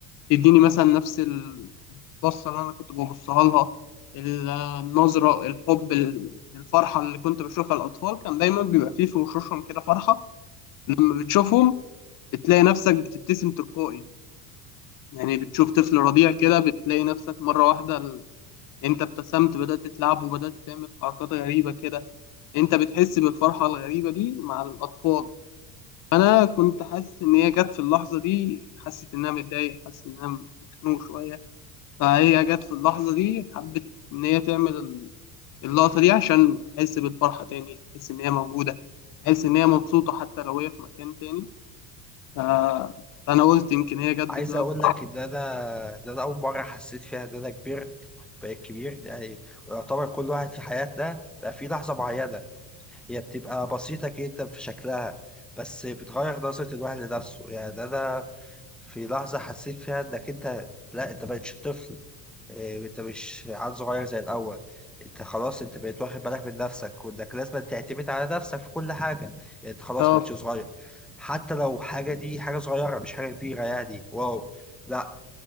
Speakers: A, on the left; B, in the centre.
A: تديني مثلا نفس البصة اللي أنا كنت ببصها لها النظرة الحب الفرحة اللي كنت بشوفها الأطفال كان دايما بيبقى فيه في وشوشهم كده فرحة لما بتشوفهم بتلاقي نفسك بتبتسم تلقائي يعني بتشوف طفل رضيع كده بتلاقي نفسك مرة واحدة ال... انت ابتسمت بدأت تلعب وبدأت تعمل حركات غريبة كده انت بتحس بالفرحة الغريبة دي مع الأطفال أنا كنت حاسس إن هي جت في اللحظة دي حسيت إنها متضايقة حاسس إنها مخنوق شوية فهي جت في اللحظة دي حبت إن هي تعمل ال- اللقطة دي عشان أحس بالفرحة تاني أحس إن هي موجودة أحس إن هي مبسوطة حتى لو هي في مكان تاني آه، انا قلت يمكن هي جت بسبب
B: عايز أقول لك إن أنا إن أنا أول مرة حسيت فيها إن أنا كبرت بقيت كبير يعني ويعتبر كل واحد في حياتنا بقى في لحظة معينة هي بتبقى بسيطة جدا في شكلها بس بتغير نظرة الواحد لنفسه، يعني أنا في لحظة حسيت فيها إنك أنت لا أنت مبقتش طفل. إيه، انت مش عيل صغير زي الاول انت خلاص انت بقيت واخد بالك من نفسك وانك لازم تعتمد على نفسك في كل حاجه يعني انت خلاص
A: اه
B: بقيتش صغير حتى لو حاجه دي حاجه صغيره مش حاجه كبيره يعني واو لا